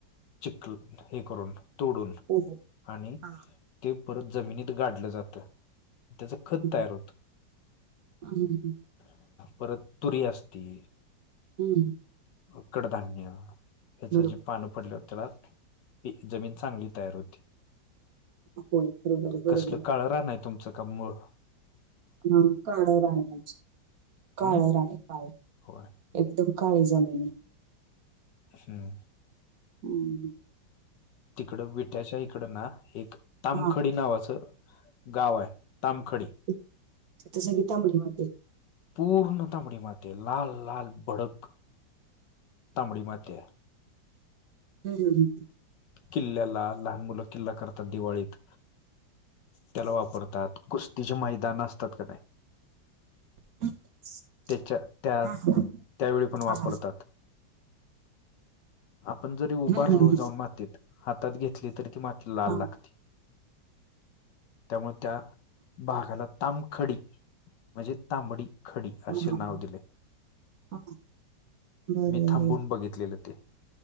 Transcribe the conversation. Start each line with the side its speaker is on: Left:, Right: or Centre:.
Left: चिखलं हे करून तोडून
Right: हो, हो.
Left: आणि
Right: हां.
Left: ते परत जमिनीत गाडलं जातं. त्याचं खत
Right: हं,
Left: तयार होतं.
Right: हं, हं, हं,
Left: परत तुरी असती.
Right: हम्म.
Left: मग कडधान्य याचं
Right: बरोबर.
Left: जे पाण पडल्यावर त्याला की जमीन चांगली तयार होती.
Right: होय, बरोबर, बरोबर.
Left: कसलं काळं रान आहे तुमचं का मुळ?
Right: हा काळं रान आहे आमचं काळं
Left: हम्म
Right: रान आहे काळं.
Left: होय
Right: एकदम काळी जमीन आहे.
Left: हम्म.
Right: हम्म.
Left: तिकडं विट्याच्या इकडं ना, एक तामखडी
Right: हां,
Left: नावाचं गाव आहे. तामखडी
Right: तिथं सगळी तांबडी मातीय.
Left: पूर्ण तांबडी माती आहे. लाल लाल भडक तांबडी माती आहे.
Right: हम्म हम्म.
Left: किल्ल्याला लहान मुलं किल्ला करतात दिवाळीत, त्याला वापरतात. कुस्तीचे मैदान असतात का नाय?
Right: <unintelligible>
Left: त्याच्यात त्या
Right: हां, हां,
Left: त्यावेळी पण वापरतात.
Right: हां, हां.
Left: आपण जरी उभारलो
Right: हं, हं, हं.
Left: जाऊन मातीत हातात घेतली, तरी ती माती लाल
Right: हां,
Left: लागती. त्यामुळे त्या भागाला तामखडी म्हणजे तांबडी खडी असे
Right: हां, हां.
Left: नाव दिले.
Right: हां. बरं,
Left: मी
Right: बरं,
Left: थांबून बघितलेलं ते.